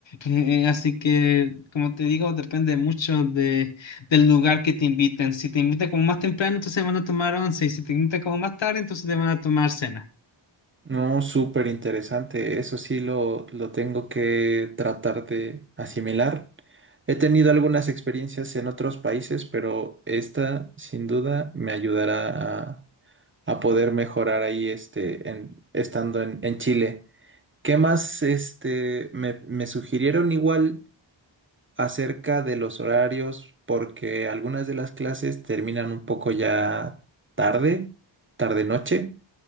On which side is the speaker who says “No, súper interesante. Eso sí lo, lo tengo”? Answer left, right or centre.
Right